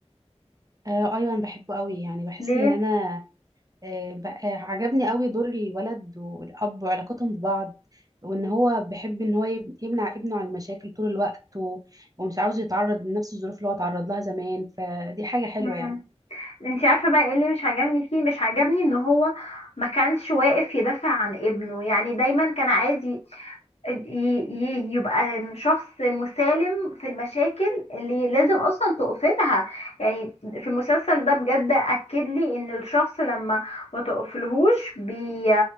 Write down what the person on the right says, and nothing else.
آه ايوه انا بحبه قوي يعني بحس
ان انا آه، بقى- عجبني قوي دور الولد والأب وعلاقتهم ببعض وإن هو بيحب إن هو يب- يمنع ابنه عن المشاكل طول الوقت و- ومش عاوز يتعرض لنفس الظروف اللي هو اتعرض لها زمان فدي حاجة حلوة
يعني